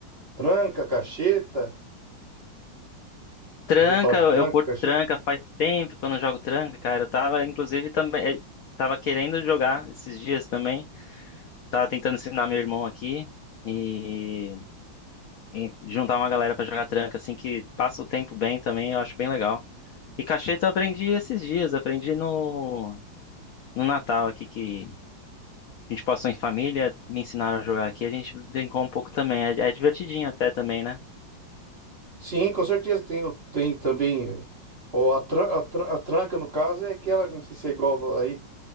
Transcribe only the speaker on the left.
Tranca,
eu
eu curto
tranca, faz tempo que eu não jogo tranca, cara. Eu tava, inclusive, também. eh, Tava querendo jogar esses dias também. Tava tentando ensinar meu irmão aqui e, e juntar uma galera pra jogar tranca, assim, que passa o tempo bem também, eu acho bem legal. E cacheta eu aprendi esses dias, aprendi no, no Natal aqui que A gente passou em família, me ensinaram a jogar aqui, a gente brincou um pouco também. É, é divertidinho até também, né?